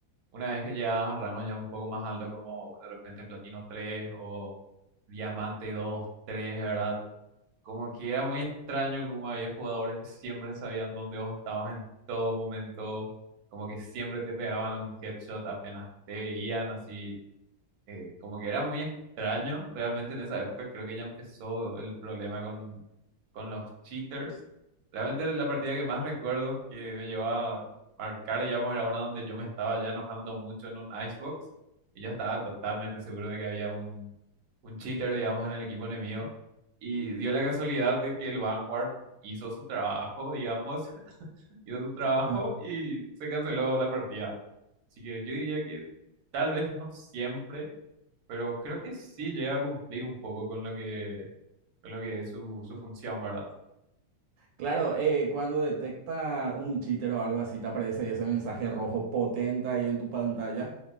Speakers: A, on the right; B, on the right.
A: Una vez que llegabas a rangos ya un poco más altos, como de repente platino 3 o diamante 2, 3, ¿verdad? Como que era muy extraño como había jugadores que siempre sabían dónde vos estabas en todo momento, como que siempre te pegaban un headshot apenas te veían, así eh, como que era muy extraño, realmente en esa época creo que ya empezó el problema con, con los cheaters. Realmente la partida que más recuerdo que me llevó a marcar, digamos, era una donde yo me estaba ya enojando mucho en un Icebox y yo estaba totalmente seguro de que había un, un cheater, digamos, en el equipo enemigo. Y dio la casualidad de que el Vanguard hizo su trabajo, digamos, <laughs> hizo su trabajo
B: Ah.
A: y se canceló la partida. Así que yo diría que tal vez no siempre pero creo que sí llega a cumplir un poco con lo que, con lo que es su, su función, ¿verdad?
B: Claro, eh, cuando detecta un cheater o algo así, te aparece ese mensaje rojo potente ahí en tu pantalla.